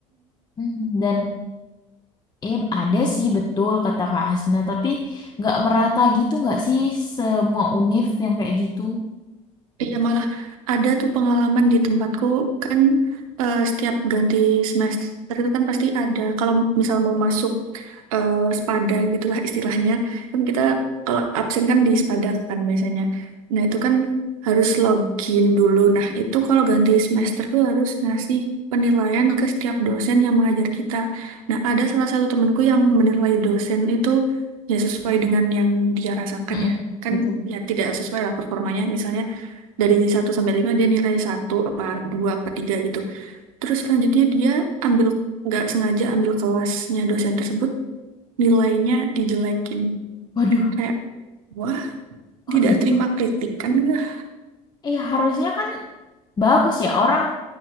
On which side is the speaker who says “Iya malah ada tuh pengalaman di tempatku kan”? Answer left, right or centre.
Right